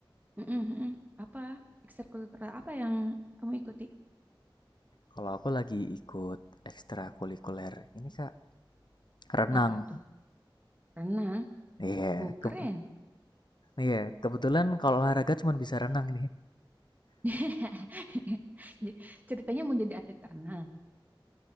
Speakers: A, on the right (about 20°); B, on the left (about 60°).
A: mhm mhm. Apa, ekstrakurikuler apa yang kamu ikuti?
B: Kalau aku lagi ikut ekstrakurikuler ini kak renang.
A: Apa tuh? Renang?
B: Iya,
A: Oh,
B: ke-
A: keren.
B: iya kebetulan kalau olahraga cuma bisa renang nih.
A: <laughs> Ja ceritanya mau jadi atlet renang?